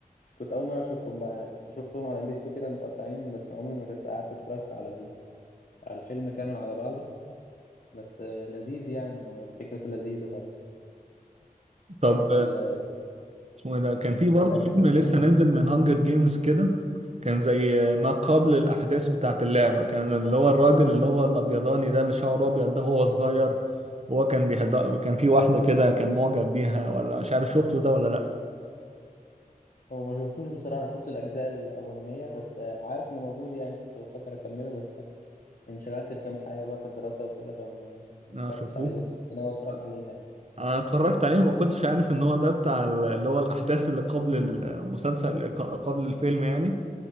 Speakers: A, on the left; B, on the right.
A: كنت اول مرة اشوفهم بقى يعني كنت شفتهم على ام بي 2 كده متقطعين بس عمري ما كنت قعدت اتفرجت على ال- على الفيلم كامل على بعضه بس آه، لذيذ يعني وفكرته لذيذة طبعا
B: طب
A: حتى ال...
B: اسمه ايه ده كان في
A: حتى
B: برضه
A: الاغاني
B: فيلم
A: اللي
B: لسه
A: جوه
B: نازل من هانجر جيمز كده كان زي ما قبل الاحداث بتاعت اللعبه كان اللي هو الراجل اللي هو الابيضاني ده اللي شعره ابيض ده هو صغير هو كان بيهد كان في واحده كده كان معجب بيها ولا مش عارف شفته ده ولا لا
A: هو ما شفتوش بصراحة أنا شفت الأجزاء الأولانية بس آه، عارف إنه موجود يعني كنت بفكر أكمله بس انشغلت في كام حاجة بقى في الدراسة وكده فما ما اتفرجتش
B: اه شفتوه
A: عليه بس كنت ناوي أتفرج
B: آه.
A: عليه يعني
B: انا اتفرجت عليه وما كنتش عارف ان هو ده بتاع ال- اللي هو الاحداث اللي قبل المسلسل ق- قبل الفيلم يعني